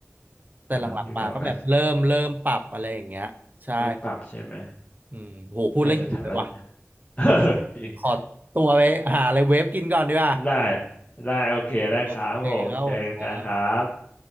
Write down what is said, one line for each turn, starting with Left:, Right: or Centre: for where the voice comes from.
Right: แต่หลังๆมาก็แบบเริ่มเริ่มปรับอะไรอย่างเงี้ยใช่
Left: แต่ต้องอยู่แถวราชเริ่มปรับใช่ไหม
Right: อืมโหพูดแล้วหิวเลยว่ะ
Left: น่าจะแถวราช <laughs>
Right: ผม
Left: จริง
Right: ขอตัวไปหาอะไรเวฟกินก่อนดีกว่า
Left: <laughs> ได้ ได้ โอเคได้ครับผมเจอกันครับ
Right: โอเคครับผมครับ